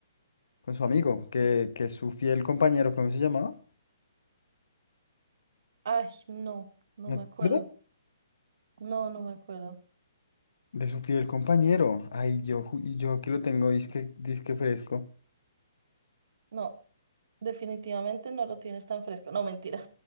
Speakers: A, on the left; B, on the right.
A: con su amigo, que, que es su fiel compañero, ¿cómo se llamaba?
B: Ay, no, no
A: ¿No
B: me
A: te
B: acuerdo.
A: acuerdas?
B: No, no me acuerdo.
A: De su fiel compañero. Ay, yo, ju- y yo que lo tengo disque, disque fresco.
B: No, definitivamente no lo tienes tan fresco. No, mentira.